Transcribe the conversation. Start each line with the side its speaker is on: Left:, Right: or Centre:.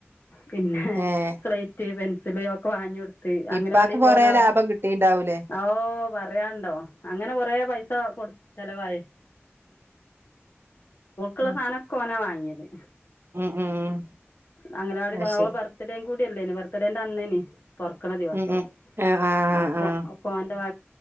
Left: പിന്നെ
Right: ഏഹ്
Left: സ്ലേറ്റ് പെൻസില് ഒക്കെ വാങ്ങി കൊടുത്ത് അങ്കനവാടി
Right: ഇപ്പാക്ക്
Left: പോണ
Right: കൊറേ
Left: ആൾക്ക്
Right: ലാഭം കിട്ടിണ്ടാവൂലേ
Left: ആ ഓ പറയാണ്ടോ അങ്ങനെ കൊറേ പൈസ കൊടുത്ത് ചെലവായി കുള്ള
Right: ം
Left: സാധനോക്കെ ഓനാ വാങ്ങിത്
Right: ഉം ഉം
Left: അങ്കനവാടി
Right: അത് ശരി
Left: ഓളെ ബർത്ത്ഡേ ബർത്ത്ഡേൻ്റന്നേനു തോറ്ക്ക്ണ ദിവസം
Right: ഉം ഉം ആഹ് ആഹ്
Left: അപ്പൊ
Right: ആഹ്
Left: ഓൻ്റെ വ